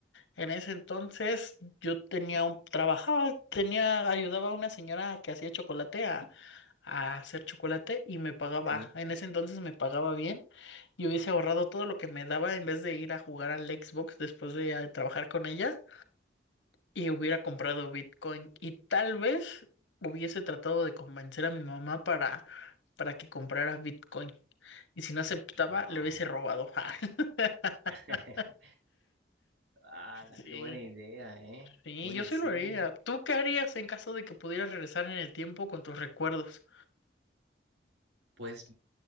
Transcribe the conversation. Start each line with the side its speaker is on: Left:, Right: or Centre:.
Left: En ese entonces yo tenía un, trabajaba, tenía, ayudaba a una señora que hacía chocolate a, a hacer chocolate y me pagaba,
Right: Sí.
Left: en ese entonces me pagaba bien y hubiese ahorrado todo lo que me daba en vez de ir a jugar al Xbox después de ah, trabajar con ella y hubiera comprado Bitcoin y tal vez hubiese tratado de convencer a mi mamá para, para que comprara Bitcoin y si no aceptaba
Right: Wow.
Left: le hubiese robado. <laughs>
Right: <laughs> ¡Hala,
Left: Sí,
Right: qué buena idea, eh!
Left: Sí,
Right: Oye,
Left: yo sí
Right: sí,
Left: lo haría. ¿Tú qué harías en caso de que pudieras regresar en el tiempo con tus recuerdos?
Right: pues,